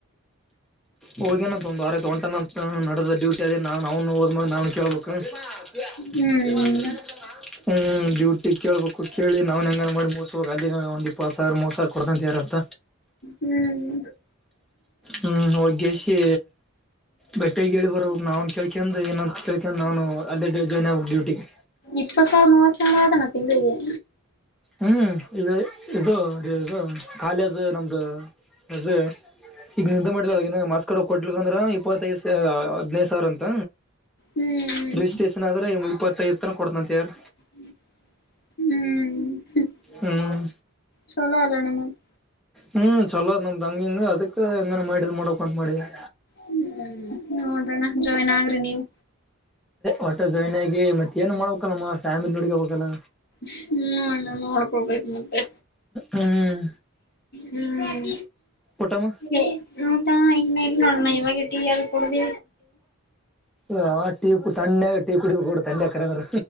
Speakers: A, in the centre; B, on the left (about 50°).
A: ಹೋಗ್ಯಾನ್ ಅಂತ ಒಂದ್ ವಾರ ತಗೊಂತಾನಂತ ನಾಡಿದ್ದ ಡ್ಯೂಟಿ ಅದೆ ನಾನ್ ಅವ್ನು ಹೋದ್ ಮೇಲ್ ನಾನ್ ಕೇಳ್ಬೇಕು. <unintelligible>
B: ಹ್ಮ್
A: ಹ್ಮ್ ಡ್ಯೂಟಿಗ್ ಕೇಳಬೇಕು ಕೇಳಿ ನಾವ್ನೆಂಗಾರ ಮಾಡಿ ಮುಗಿಸ್ಬೇಕ್ ಅಲ್ಲಿ ಒಂದ್ ಇಪ್ಪತ್ ಸಾವಿರ ಮೂವತ್ ಸಾವರ ಕೊಡ್ತಂತ ಯಾರಂತ.
B: ಹ್ಮ್
A: ಹ್ಮ್ ಹೋಗ್ ಏ ಸಿ ಬೆಟ್ಟೆಗ್ ಹೇಳಿ ಬರಬೇಕ್ ನಾವುನ್ ಕೇಳ್ ಕ್ಯಂಡ್ ಏನೂಂತ್ ಕೇಳ್ ಕ್ಯಂಡ್ ನಾನು ಅಲ್ಲಿಗೆ ಜಾಯಿನ್ ಆಗ್ಬೇಕ್ ಡ್ಯೂಟಿಗೆ.
B: ಇಪ್ಪತ್ ಸಾವಿರ ಮೂವತ್ ಸಾವ್ರ ಅದೇನ ತಿಂಗಳಿಗೆ?
A: ಹ್ಮ್ ಇದು ಇದು ಇದು ಕಾಲೇಜ್ ನಮ್ದು ಇದು ಈಗ ನಿದ್ದೆ ಮಾಡ್ಲಿಲ್ಲ ಏನನ ಮಾರ್ಕ್ಸ್ ಕಾರ್ಡ್ ಕೊಡ್ಲಿಲ್ಲ ಅಂದ್ರ ಇಪ್ಪತ್ತೈದು ಸಾ ಹದಿನೈದು ಸಾವಿರ ಅಂತ
B: ಹ್ಮ್
A: ರಿಜಿಸ್ಟ್ರೇಷನ್ ಆದ್ರೆ ಇಪ್ಪತ್ತೈದು ತನ ಕೊಡ್ತನಂತ ಯಾರ್
B: ಹ್ಮ್
A: ಹ್ಮ್
B: ಚಲೋ ಅಲ್ಲಣ್ಣ ಮತ್
A: ಹ್ಮ್ ಚಲೋದ್ ನಮ್ದ್ ಹಂಗ್ ಹಿಂಗ ಅದುಕ್ಕೆ ಹೆಂಗನ ಮಾಡಿ ಇದ್ ಮಾಡ್ಬೇಕೊಂತ ಮಾಡಿದಾರೆ.
B: ಹ್ಮ್ ನೋಡ್ರಣ ಜಾಯಿನ್ ಆಗ್ರಿ ನೀವು.
A: ಒಟ್ಟ ಜಾಯಿನ್ ಆಗಿ ಮತ್ ಏನೋ ಮಾಡಬೇಕಲ್ಲಮ್ಮ ಫ್ಯಾಮಿಲಿ ನೋಡ್ಕೋಬೇಕಲ್ಲ.
B: ಹ್ಮ್ ಅಣ್ಣ ನೋಡ್ಕೊಬೇಕ್ ಮತ್ತೆ.
A: ಹ್ಮ್
B: ಹ್ಮ್
A: ಊಟಮ್ಮ
B: ಏ ಊಟ ಇನ್ನ ಇಲ್ ನೋಡಣ್ಣ ಈವಾಗೆ ಟೀ ಎಲ್ ಕುಡಿದಿ.
A: ಓ ಟೀ <unintelligible> ತಂಡ್ಯಾಗ ಕರೆಂದ್ರ